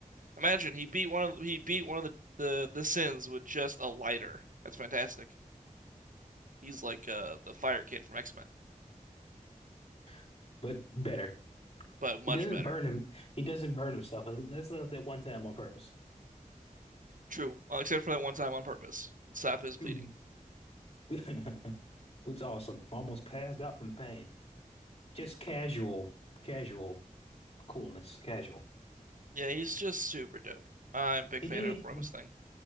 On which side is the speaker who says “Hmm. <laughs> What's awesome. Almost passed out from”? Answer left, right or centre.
Left